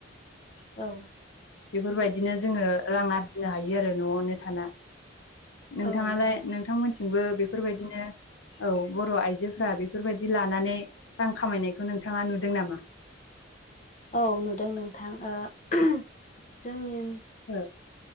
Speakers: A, on the left; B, on the left.
A: औ
B: बेफोरबायदिनो जोङो रां आरजिनो हायो आरो न'आवनो थाना नोंथाङालाय
A: औ नंगौ
B: नोंथांमोनथिंबो बेफोरबायदिनो औ बर' आइजोफ्रा बेफोरबायदि लानानै रां खामायनायखौ नोंथाङा नुदों नामा?
A: औ नुदों नोंथां ओ <unintelligible> जोंनि
B: <unintelligible>